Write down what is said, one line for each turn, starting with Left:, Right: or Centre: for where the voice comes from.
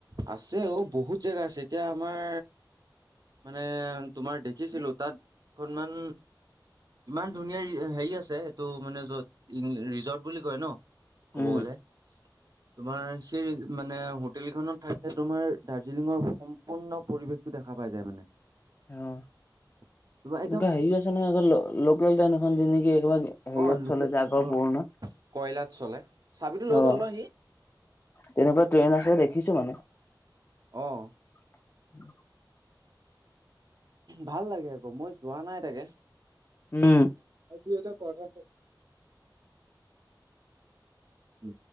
Right: আছে অ, ' বহুত জেগা আছে, এতিয়া আমাৰ মানে তোমাৰ দেখিছিলো তাত দুখনমান ইমান ধুনীয়া হেৰি আছে, এইটো মানে যত ৰিজৰ্ট বুলি কয় ন'। ক'ব
Left: উম,
Right: গ'লে, তোমাৰ সেই মানে হোটেলখনত তাত যে তোমাৰ দাৰ্জিলিঙৰ সম্পূৰ্ণ পৰিৱেশটো দেখা পাই যায় মানে।
Left: অ'।
Right: <unintelligible>
Left: এনেকুৱা হেৰিও আছে নহয় লোকেল টেইন এখন যেকি একাৰ হেৰিয়ত
Right: অ লোকে
Left: চলে যে আগৰ
Right: অ
Left: পুৰণা।
Right: কয়লাত চলে। চাবিটো লৈ
Left: অ',
Right: গ'ল ন' সি?
Left: তেনেকুৱা ট্ৰেইন আছে দেখিছো মানে।
Right: অ'।
Left: <inaudible>
Right: ভাল লাগে আকৌ, মই যোৱা নাই তাকে।
Left: উম।
Right: এতিয়া এটা কথাছে উ,